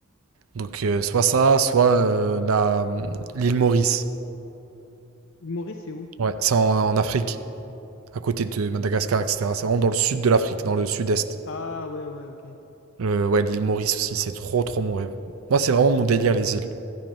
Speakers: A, on the right (about 80°); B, on the left (about 65°).
A: Donc, euh, soit ça, soit euh, la... euh, l'île Maurice.
B: Île Maurice, c'est où?
A: Ouais, c'est en, en Afrique, à côté de Madagascar, etc. C'est vraiment dans le sud de l'Afrique, dans le sud-est.
B: Ah, ouais, ouais, ok.
A: Euh, ouais, l'île Maurice aussi, c'est trop, trop mon rêve. Moi, c'est vraiment mon délire, les îles,